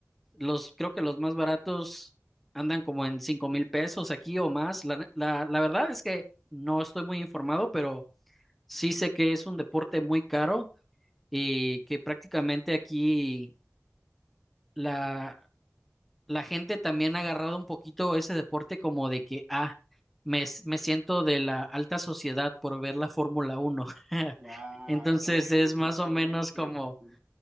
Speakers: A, in the centre; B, on the right (about 30°).
A: Los, creo que los más baratos andan como en cinco mil pesos aquí o más. La, la, la verdad es que no estoy muy informado, pero sí sé que es un deporte muy caro y que prácticamente aquí la, la gente también ha agarrado un poquito ese deporte como de que, ah, me, s- me siento de la alta sociedad por ver la Fórmula uno <laughs>
B: Claro,
A: Entonces
B: hay,
A: es
B: hay mucho,
A: más o menos
B: hay mucho
A: como
B: de eso, sí.